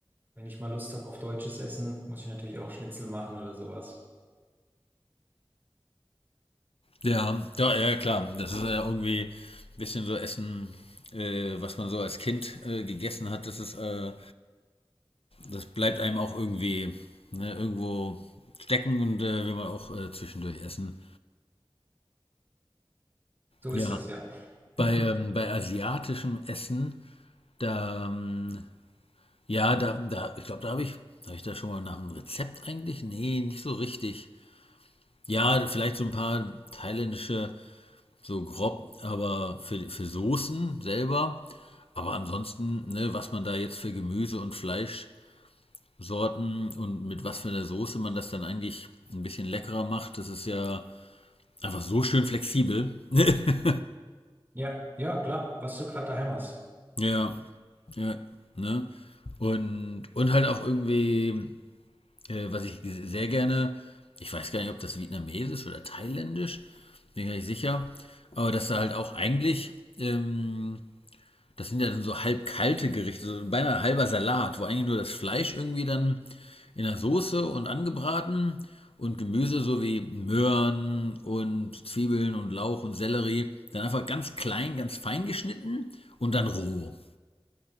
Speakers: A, on the right (about 20°); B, on the left (about 80°).
A: wenn ich mal Lust habe auf deutsches Essen, muss ich natürlich auch Schnitzel machen oder sowas.
B: ja, ja, ja, klar. Das ist ja irgendwie ein bisschen so Essen, äh, was man so als Kind äh, gegessen hat, das ist, äh, das bleibt einem auch irgendwie ne, irgendwo stecken und äh, will man auch äh, zwischendurch essen.
A: So
B: Ja,
A: ist das, ja.
B: bei,
A: <laughs>
B: ähm, bei asiatischem Essen, da, ähm, ja, da, da, ich glaube, da habe ich, habe ich da schon mal nach einem Rezept eigentlich? Nee, nicht so richtig. Ja, vielleicht so ein paar thailändische, so grob, aber für, für Soßen selber. Aber ansonsten, ne, was man da jetzt für Gemüse und Fleischsorten und mit was für einer Soße man das dann eigentlich ein bisschen leckerer macht, das ist ja einfach so schön flexibel. <laughs>
A: Ja, ja, klar, was du gerade daheim hast.
B: ja, ja, ne? Und, und halt auch irgendwie, äh, was ich sehr gerne, ich weiß gar nicht, ob das vietnamesisch oder thailändisch, bin gar nicht sicher, aber dass da halt auch eigentlich ähm, Das sind ja dann so halb kalte Gerichte, so beinahe halber Salat, wo eigentlich nur das Fleisch irgendwie dann in der Soße und angebraten und Gemüse so wie Möhren und Zwiebeln und Lauch und Sellerie dann einfach ganz klein, ganz fein geschnitten und dann roh.